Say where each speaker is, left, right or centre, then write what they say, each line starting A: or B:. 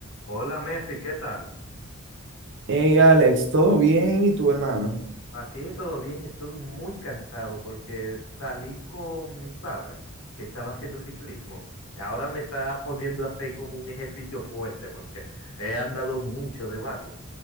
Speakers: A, on the left; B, on the right.
A: Hola Mefi, ¿qué tal?
B: Hey Alex, ¿todo bien? ¿Y tu hermano?
A: Aquí todo bien, estoy muy cansado porque salí con mi padre que estaba haciendo ciclismo. Ahora me está poniendo a hacer como un ejercicio fuerte porque he andado mucho de vago.